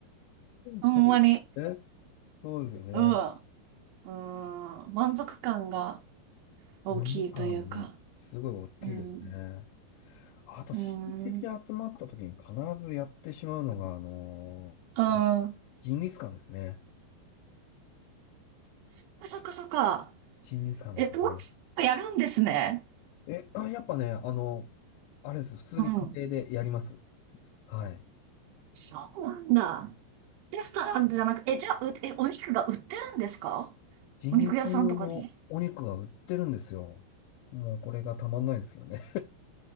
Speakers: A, on the right (about 85°); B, on the left (about 80°).
A: ほんまに。
B: そうですね。そうですよね。
A: うん。うん。満足感が大きいというか。
B: お値段もすごい大きいですね。
A: うん。
B: あと、
A: うん。
B: 親戚で集まった時に必ずやってしまうのが、あのー
A: うん。
B: ジンギスカンですね。
A: そっかそっかそっか。
B: ジンギスカンですね。
A: え、もうやるんですね。
B: え、あ、やっぱね、あの、あれです。普通に家庭でやります。
A: うん。
B: はい。
A: そうなんだ。レストランじゃなく、え、じゃあ、う、え、お肉が売ってるんですか
B: ジンギスカン用のお肉が売ってるんですよ。
A: お肉屋さんとかに
B: もうこれがたまんないですよね。